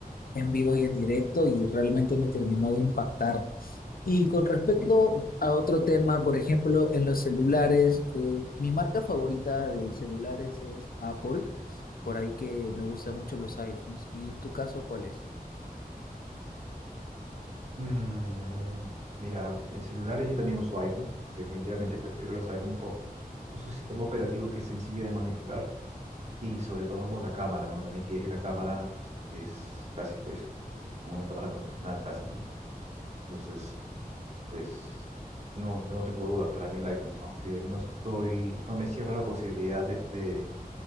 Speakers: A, on the left (about 70°); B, on the right (about 45°).
A: en vivo y en directo y realmente me terminó de impactar. Y con respecto a otro tema, por ejemplo, en los celulares, eh, mi marca favorita de celulares es Apple, por ahí que me gustan mucho los iPhones. ¿Y en tu caso, cuál es?
B: Mm, mira, en celulares yo también uso iPhone. Definitivamente prefiero los iPhone por, por su sistema operativo que es sencillo de manipular y sobre todo por la cámara, ¿no? La nitidez de la cámara es casi es como una cámara profesional, casi, ¿no? Entonces, pues, no, yo no tengo dudas. Para mí el iPhone, aunque no estoy, no me cierro la posibilidad de, de,